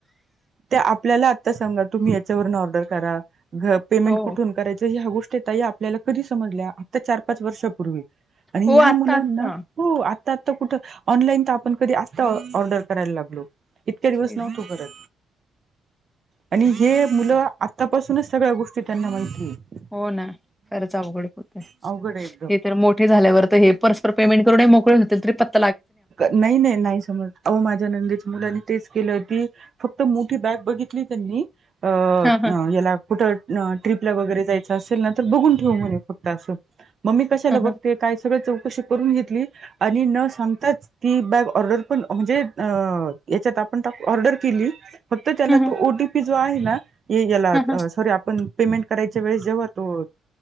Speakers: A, on the right; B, in the centre.
A: ते आपल्याला ता सांगा तुम्ही ह्याच्यावरून ऑर्डर करा घ पेमेंट
B: हो,
A: कुठून करायचं ह्या गोष्टीे ताई आप आपल्याला कधी समजल्या आता चार पाच वर्षापूर्वी आणि
B: हो.
A: ह्या
B: आत्ता,
A: मुलांना
B: आत्ता.
A: हो आत्ता आत्ता कुठं ऑनलाईन तर आपण कधी आत्ता ऑर्डर करायला लागलो इतक्या दिवस
B: तेच,
A: नव्हतो
B: तेच.
A: करत आणि
B: तेच.
A: हे मुलं आतापासूनच सगळ्या गोष्टी त्यांना माहिती आहे
B: हो ना खरच अवघड होतंय
A: अवघड आहे एकदम
B: हे तर मोठे झाल्यावर तर हे परस्पर पेमेंट करून मोकळे होतील तरी पत
A: नाही नाही नाही समज अहो माझ्या नंदेच्या मुलाने तेच केलं ती फक्त मोठी बॅग बघितली त्यांनी अ
B: हां, हां.
A: याला कुठं ट्रिपला वगैरे जायचं असेल न तर बघून ठेव म्हणे फक्त असं मम्मी कशाला
B: हां,
A: बघते
B: हां.
A: का सगळं चौकशी करून घेतली आणि न सां ती बॅग ऑर्डर पण म्हणजे अ याच्यात आपण टाकू ऑर्डर केली फक्त त्याला
B: हां, हां.
A: तो ओ टी पी जो आहे ना याला
B: हां, हां.
A: सॉरी आपण पेमेंट करायच्या वेळेस जेव्हा तो